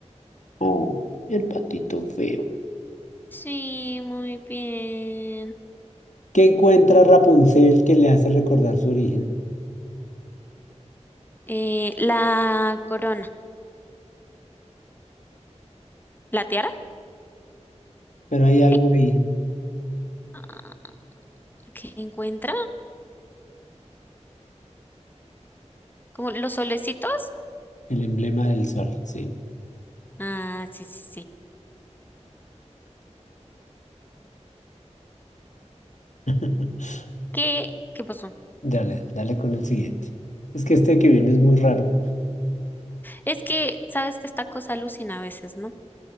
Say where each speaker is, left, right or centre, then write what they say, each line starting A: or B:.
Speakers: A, on the left; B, on the left.
A: Oh, el patito feo.
B: Sí, muy bien.
A: ¿Qué encuentra Rapunzel que le hace recordar su origen.
B: Eh, la corona. ¿La tiara?
A: Pero hay algo
B: Sí.
A: ahí,
B: Ah, ¿qué encuentra? ¿Como los solecitos?
A: el emblema del sol, sí.
B: Ah, sí, sí, sí.
A: <laughs>
B: ¿Qué, qué pasó?
A: Dale, dale con el siguiente. Es que este que viene es muy raro.
B: Es que, sabes que esta cosa alucina a veces, ¿no?